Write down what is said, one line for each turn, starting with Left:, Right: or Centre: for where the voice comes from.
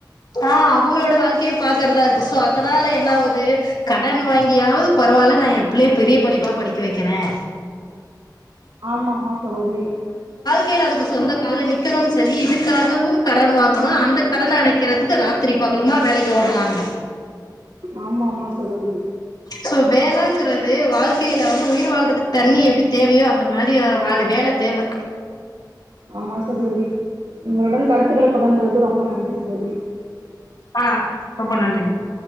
Left: ஆ அவங்களோட வாழ்க்கையே பாக்குறதா இருக்கு சோ அதனால என்னாவுது கடன் வாங்கியாவது பரவாயில்ல நான் என் பிள்ளைய பெரிய படிப்பா படிக்க வைக்கிறேன்.
Right: ஆமா ஆமா சகோதரி.
Left: கையில அதுக்கு சொந்த கால நிக்கணும் சொல்லி இதுக்காகவும் கடன் வாங்கணும் அந்த கடன் அடைக்க இருக்கிறதுக்கு ராத்திரி பகலுமா வேலைக்கு ஓடுறாங்க.
Right: ஆமி ஆமாம் சகோதரி.
Left: சோ வேலைங்கிறது வாழ்க்கையில வந்து உயிர் வாழ்றதுக்கு தண்ணி எப்படி தேவையோ அந்த மாதிரி வா வேலை தேவை
Right: ஆமா சகோதரி. உங்களுடன் கருத்துக்களை பகிர்ந்ததற்கு ரொம்பக்ஷ நன்றி சகோதரி.
Left: ஆ ரொம்ப நன்றி.